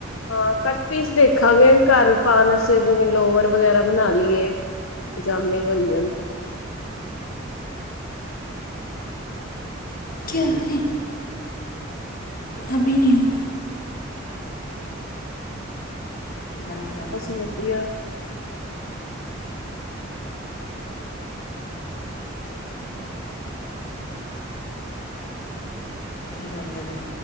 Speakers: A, on the left; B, on the left.
A: ਹਾਂ! ਕੱਟ ਪੀਸ ਦੇਖਾਂਗੇ। ਘਰ ਪਾਨ ਅਸਤੇ। ਜਿਵੇਂ, ਲੋਵਰ ਵਗੈਰਾ ਬਣਾ ਲੀਏ। ਪਜਾਮੇ ਬਣ ਜਣ।
B: ਕਿਆ ਹੈ ਅਭੀ ਨੀ ਹੂੰ। <unintelligible>
A: ਅਸੀ ਵਦੀਆਂ।
B: ਕੀ ਕਰਦੇ ਪਏ ਔ?